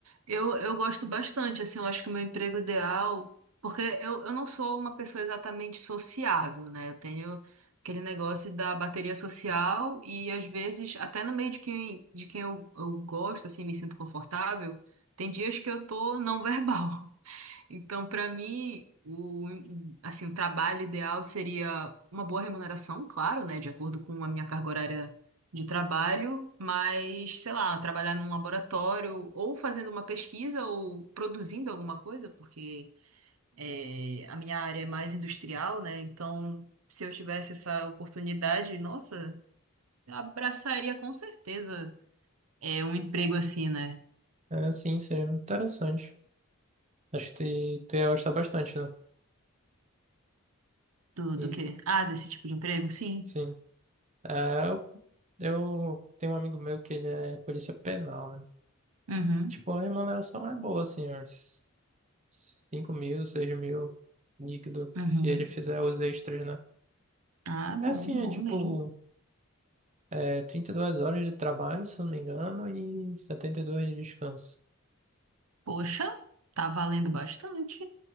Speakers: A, on the right; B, on the right.
A: Eu, eu gosto bastante, assim, eu acho que o meu emprego ideal. Porque eu, eu não sou uma pessoa exatamente sociável, né? Eu tenho aquele negócio da bateria social e, às vezes, até no meio de quem, de quem eu, eu gosto, assim, me sinto confortável, tem dias que eu tô não <laughs> verbal. Então, para mim, o, assim, o trabalho ideal seria uma boa remuneração, claro, né, de acordo com a minha carga horária de trabalho, mas, sei lá, trabalhar num laboratório ou fazendo uma pesquisa ou produzindo alguma coisa, porque é, a minha área é mais industrial, né? Então, se eu tivesse essa oportunidade, nossa, eu abraçaria com certeza é um emprego assim, né?
B: É, sim, seria muito interessante. Acho que tu, tu ia gostar bastante, né?
A: Do,
B: E,
A: do quê? Ah, desse tipo de emprego? Sim.
B: sim. É, eu, eu tenho um amigo meu que ele é polícia penal, né?
A: Uhum.
B: Tipo, a remuneração é boa, assim, uns 5 mil, 6 mil líquido,
A: Uhum.
B: se ele fizer os extras, né?
A: Ah,
B: É
A: bom,
B: assim, é
A: bom
B: tipo,
A: mesmo.
B: é 32 horas de trabalho, se eu não me engano, e 72 de descanso.
A: Poxa, tá valendo bastante.